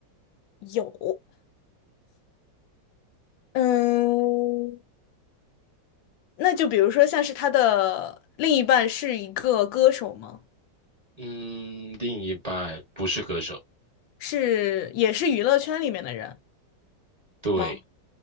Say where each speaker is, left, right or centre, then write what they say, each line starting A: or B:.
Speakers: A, on the left; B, on the right.
A: 有，嗯，那就比如说像是他的另一半是一个歌手吗？
B: 嗯，另一半不是歌手。
A: 是，也是娱乐圈里面的人
B: 对，
A: 吗？